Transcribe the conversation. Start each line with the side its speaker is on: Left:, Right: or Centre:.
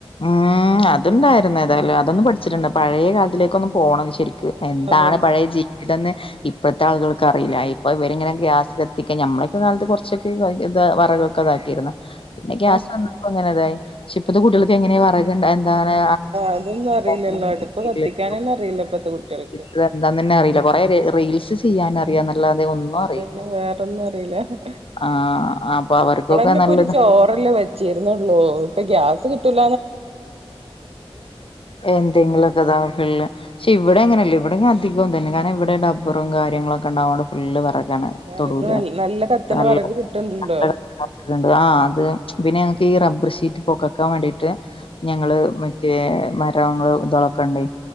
Left: ഉം അതുണ്ടായിരുന്ന ഏതായാലും അതൊന്നും പഠിച്ചിട്ടുണ്ട് പഴയ കാലത്തിലേക്കൊന്ന് പോണം ശരിക്ക്
Right: ഫോണ്
Left: എന്താണ്
Right: അതന്നെ
Left: പഴയ ജീവിതംന്ന് ഇപ്പോഴത്തെ ആളുകൾ ല്ല ഇപ്പോൾ ഇവരിങ്ങനെ ഗ്യാസ് കത്തിക്ക നമ്മളൊക്കെ കാലത്ത് കുറച്ചൊക്കെ ഇ വിറകൊക്കെ ഇതാക്കിയിരുന്നു പിന്നെ ഗ്യാസ്
Right: ആഹ്
Left: വന്നപ്പോ ഇങ്ങനെതായി പക്ഷേ ഇപ്പത്തെ
Right: അതെ
Left: കുട്ടികൾ എങ്ങനെയ വറകണ്ട എന്താണ്
Right: അതൊന്നും അറിയില്ലല്ലോ
Left: <unintelligible>
Right: അടുപ്പ് കത്തിക്കാനന്നെ
Left: <unintelligible>
Right: അറിയില്ല ഇപ്പത്തെ കുട്ടികൾക്ക്
Left: ഇതെന്താന്ന്ന്നെ അയില്ല കൊറെ റീൽസ് ചെയ്യാൻ അറി അിറയാന്നല്ലാതെ ഒന്നും അറിയില്ല
Right: അതെല്ലാം വേറൊന്നും അറിയില്ല
Left: ആ അപ്പം അവർക്കൊക്കെ
Right: നമ്മളന്നെ ഇപ്പൊ
Left: നല്ലതാ
Right: ഒരു ചോറല്ലേ വെച്ചിര്ന്നുള്ളൂ ഇപ്പം ഗ്യാസ് കിട്ടല്
Left: എന്തെങ്കിലുംപ്പതാ <unintelligible> പക്ഷെ ഇവിടെ എങ്ങനെയല്ല ഇവിടെ അധികം ഇതന്നെ കാരണം ഇവിടെ ഡബ്ബറും കാര്യങ്ങളൊക്കെണ്ടായോണ്ട് ഫുള്ള് വെറക് ലാണ്
Right: വിറക്
Left: തൊടുല്
Right: നല്ല കത്തണ
Left: <unintelligible>
Right: വിറക് കിട്ടണ്ടല്ലോ
Left: <unintelligible> ആ അത് പിന്നെ ഈ റബ്ബർ ഷീറ്റ് പൊകക്കാൻ വേണ്ടിട്ട് ഞങ്ങള് മറ്റ് റ്റേ മരങ്ങള് ഇതാളൊക്കെണ്ട്